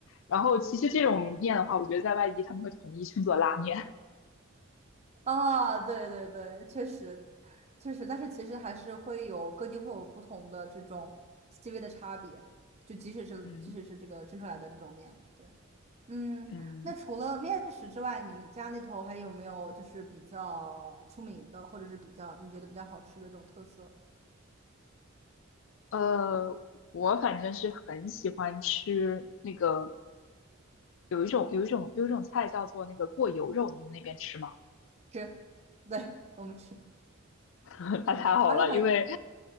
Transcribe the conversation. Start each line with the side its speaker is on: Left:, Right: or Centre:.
Left: 然后其实这种面的话，我觉得在外地他们会统一称作拉面，
Right: 啊，对对对，确实确实，但是其实还是会有各地会有不同的这种细微的差别，就即使是即使是这个蒸出来的这种面，
Left: <laughs> 嗯
Right: 对。嗯，
Left: 嗯。
Right: 那除了面食之外，你们家那头还有没有就是比较出名的，或者是比较你觉得比较好吃的这种特色？
Left: 呃，我反正是很喜欢吃那个，有一种有一种有一种菜叫做那个过油肉，你们那边吃吗？
Right: 吃，<laughs> 对，我们吃，
Left: <laughs>
Right: 嗯，
Left: 它太好了，
Right: 而且好像
Left: 因为